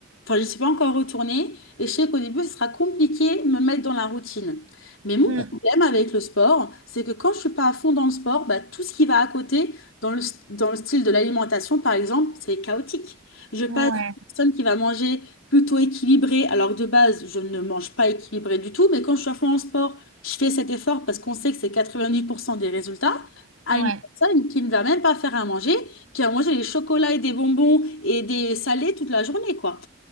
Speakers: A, on the left; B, on the right.
A: enfin, je suis pas encore retournée. Et je sais qu'au début, ce sera compliqué de me mettre dans la routine. Mais mon
B: Mm.
A: problème avec le sport, c'est que quand je suis pas à fond dans le sport, bah, tout ce qui va à côté, dans le, dans le style de l'alimentation, par exemple, c'est chaotique. Je passe
B: Ouais,
A: d'une personne qui va manger plutôt équilibré, alors que de base, je ne mange pas équilibré du tout, mais quand je suis à fond en sport, je fais cet effort parce qu'on sait que c'est 90% des résultats, à
B: ouais.
A: une personne qui ne va même pas faire à manger, qui va manger des chocolats et des bonbons et des salés toute la journée, quoi.